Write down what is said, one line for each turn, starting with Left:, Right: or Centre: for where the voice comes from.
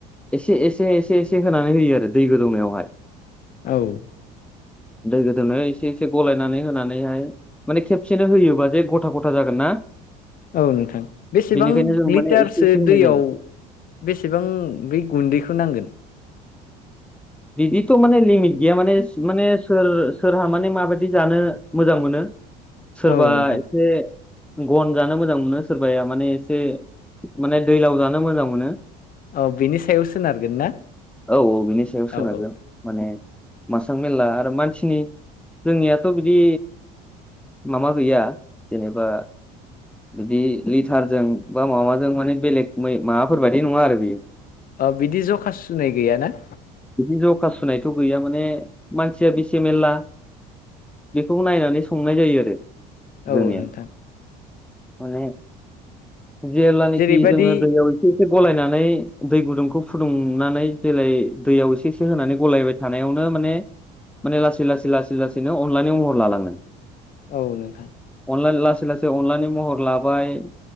Centre: एसे एसे एसे एसे होनानै होयो आरो दै गोदौनायावहाय।
Left: औ।
Centre: <inaudible> दै गोदौनायाव एसे एसे गलायनानै होनानैहाय माने खेबसेनो होयोबा जे गथा गथा जागोन ना?
Left: औ नोंथां बेसेबां
Centre: बेनिखायनो जों
Left: लिटारसो
Centre: माने एसे एसे होनाय
Left: दैयाव।
Centre: जायो
Left: बेसेबां बेै गुन्दैखौ नांगोन।
Centre: बिदिथ' माने लिमिट गैया माने माने सोर सोरहा माने माबायदि जानो मोजां मोन मोनो सोरबा
Left: औ नोंथां
Centre: एसे। गन जानो मोजां मोनो सोरबाया माने एसे माने दैलाव जानो मोजां मोनो।
Left: औ बिनि सायाव सोनारगोन ना?
Centre: औ बिनि सायाव सोनारगोन
Left: औ औ
Centre: माने। मासां मेलला आरो मानसिनि जोंनियाथ' बिदि माबा गैया जेनेबा। दि लिटारजों बा माबाजों माने बेलेग मै माबाफोर बायदि नङा आरो बेयो।
Left: ओ बिदि जखा सुनाय गैयाना?
Centre: बि जखा सुनायथ' गैया माने मानसिया बेसे मेरला। बेखौ नायनानै संनाय जायो आरो।
Left: औ
Centre: जोंनिया
Left: नोंथां।
Centre: माने जेलानाखि
Left: जेरैबादि
Centre: जोङो दैयाव एसे एसे गलायनान नै दै गुदुंखौ फुदुंनानै देलाय। दैयाव एसे एसे होनानै गलायबाय थानायावनो माने। माने लासै लासै लासै लासैनो अनलानाय महर लालाङो।
Left: औ नोंथां।
Centre: अनला लासै लासै अनलानि महर लाबाय।